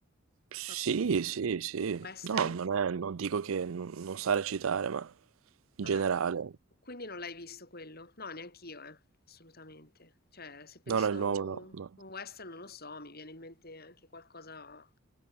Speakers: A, on the right; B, on the left.
A: Sì,
B: sorta
A: sì, sì.
B: di western.
A: No, non è- non dico che non, non sa recitare, ma in
B: No,
A: generale.
B: no, quindi non l'hai visto quello? No, neanch'io, eh, assolutamente. Cioè, se penso
A: No, no, il
B: a
A: nuovo
B: un
A: no. no.
B: un western, non lo so, mi viene in mente anche qualcosa,